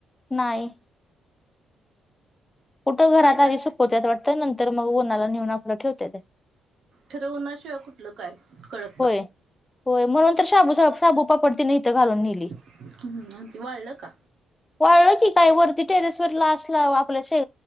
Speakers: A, on the left; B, on the right.
A: नाई कुठं घरात
B: काय कर
A: आधी सुकवत्यात वाटतं नंतर मग ऊनाला नेऊन आपलं ठेवत्यात
B: खर ऊना शीवाय कुट्- कुठं काय कळ
A: होय होय मनुनतर शाबुपापढ नेली
B: हम्म अन् ते वाळलं का
A: वाळलं कि काय वरती टेरेस वर लासला आपल्या शे